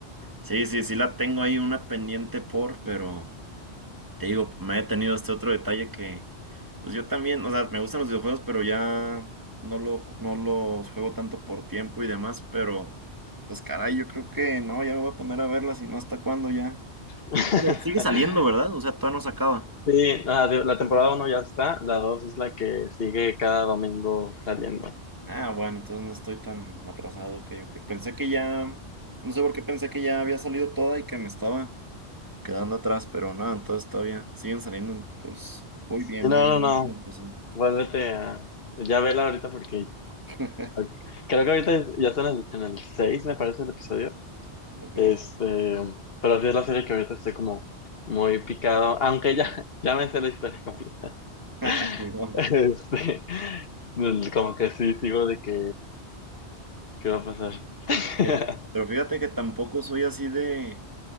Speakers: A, on the right (about 15°); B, on the left (about 55°).
A: Sí, sí, sí la tengo ahí una pendiente por, pero te digo, me he tenido este otro detalle que, pues yo también, o sea, me gustan los videojuegos, pero ya no lo, no los juego tanto por tiempo y demás, pero pues caray, yo creo que no, ya me voy a poner a verlas y no hasta cuándo ya.
B: <laughs>
A: Bueno, sigue saliendo, ¿verdad? O sea, todavía no se acaba.
B: Sí, nada, de- la temporada uno ya está, la 2 es la que sigue cada domingo saliendo.
A: Ah, bueno, entonces no estoy tan atrasado, ok, ok. Pensé que ya, no sé por qué pensé que ya había salido toda y que me estaba quedando atrás, pero no, entonces todavía siguen saliendo, entonces muy bien,
B: Sí, no,
A: muy bien.
B: no, no,
A: muy bien, pues, sí.
B: vuélvete a... Ya vela ahorita porque
A: <laughs>
B: Ok. Creo que ahorita ya están en, en el 6 me parece, el episodio.
A: Ok.
B: Este, pero sí es la serie que ahorita estoy como muy picado, aunque ya, <laughs> ya me sé la historia completa.
A: <laughs>
B: <laughs>
A: Fijón.
B: Este, como que sí, sigo de que, ¿qué va a pasar? <laughs>
A: Pero pero fíjate que tampoco soy así de,